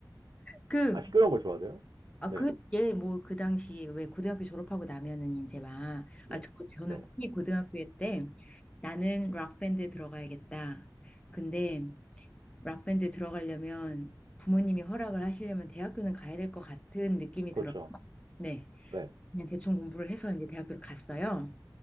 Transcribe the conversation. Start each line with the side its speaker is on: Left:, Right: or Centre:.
Left: 그,
Right: 아 시끄러운 걸 좋아하세요?
Left: 아,
Right: 네.
Left: 그, 얘, 뭐, 그 당시, 왜 고등학교 졸업하고 나면은 이제 막,
Right: 네.
Left: 아, 저, 저는
Right: 네.
Left: 꿈이 고등학교 때 나는 락밴드에 들어가야겠다. 근데 락밴드에 들어가려면 부모님이 허락을 하시려면 대학교는 가야 될 것 같은 느낌이
Right: 그렇죠.
Left: 들어서, 네.
Right: 네.
Left: 그냥 대충 공부를 해서 이제 대학교를 갔어요.